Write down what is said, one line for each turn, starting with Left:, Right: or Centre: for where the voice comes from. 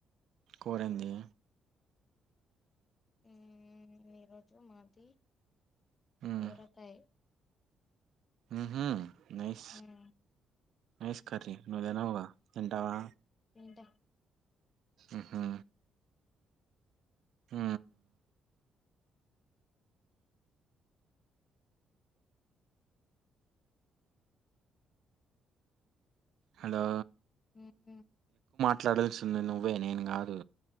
Right: కూరేందీ
Left: ఊ ఈరోజు మాది
Right: ఉమ్
Left: సోరకాయి
Right: ఉహూ నైస్
Left: మ్మ్
Right: నైస్ కర్రీ నువ్వు దినవుగా తింటావా
Left: ఎంత
Right: ఉహూ ఊ హలో
Left: ఊ ఉ
Right: ట్లాడాల్సింది నువ్వే నేను గాదు